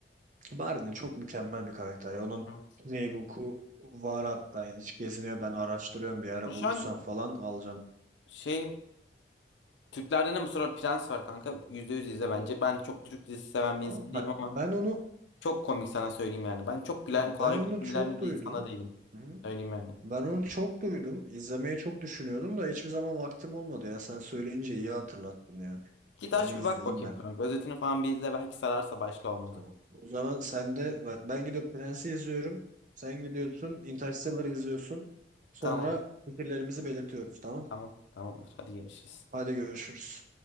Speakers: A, on the right; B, on the left.
A: Barney çok mükemmel bir karakter. ya. Onun
B: Evet.
A: Playbook'u var hatta. Hiç geziniyor. Ben araştırıyorum. Bir ara
B: O şu
A: bulursam
B: an
A: falan alacağım.
B: şey Türklerden de bu sıra Prens var kanka. yüzde yüz izle bence. Ben çok Türk dizisi seven
A: Ama
B: bir insan
A: bak
B: değilim ama
A: ben onu
B: çok komik sana söyleyeyim yani. Ben çok gülen
A: ben
B: kolay
A: onu
B: gülen
A: çok duydum.
B: bir insana değilim.
A: Hı.
B: Söyleyeyim yani.
A: Ben onu çok duydum. İzlemeyi çok düşünüyordum da hiçbir zaman vaktim olmadı ya. Sen söyleyince iyi hatırlattın ya.
B: Git
A: Onu
B: aç
A: izleyeyim
B: bir bak bakayım
A: ben.
B: kanka. Özetini falan bir izle belki sararsa başla olmadı.
A: Tamam. O zaman sen de bak ben gidip Prens'i izliyorum. Sen gidiyorsun Interstellar'ı izliyorsun. Sonra
B: Tamam.
A: fikirlerimizi belirtiyoruz tamam.
B: Tamam. Tamamdır. Hadi görüşürüz.
A: Hadi görüşürüz.